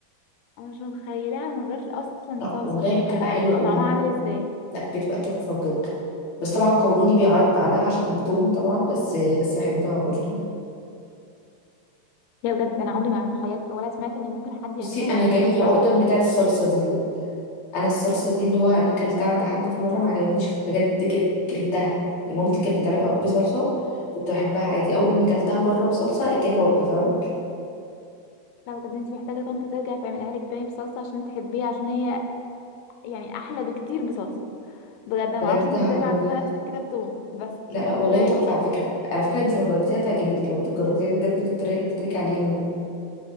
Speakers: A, on the left; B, on the left.
A: انا مش متخيلاها من غير اصلا
B: لا
A: صلصه
B: والله
A: بتبقى
B: بتبقى حلوة
A: تبقى
B: قوي
A: طعمها عامل ازاي
B: لا بتبقى تحفة بجد بس طبعا قولوني بيعيط بعدها عشان التوم طبعا بس بس بحبها برضو
A: يا بجد انا عمري ما تخيلت ولا سمعت ان ممكن حد يعملها
B: بصي انا
A: من غير
B: جالي
A: صلصه
B: عقدة
A: عارفه هي
B: بتاعة الصلصة دي بجد انا الصلصة دي اللي هو انا اكلتها عند حد في مرة ما عجبتنيش بجد ج- كرهتها يعني مامتي كانت بتعملها بصلصة كنت بحبها عادي اول ما اكلتها بره بصلصة جالي عقدة فاهمة
A: لا بجد انت محتاجه طنط ترجع تعملها لك تاني بصلصه عشان تحبيها عشان هي يعني احلى بكتير بصلصه بجد انا
B: بجد
A: ما اعرفش انت
B: هجربها
A: ازاي معذبه نفسك كده بتوم بس
B: لا
A: يعني
B: لا والله
A: ازاي
B: تحفة
A: <laughs>
B: على فكرة على فكرة انت لو جربتيها تعجبك لو جربتيها بجد بالطريقة اللي قلت لك عليها دي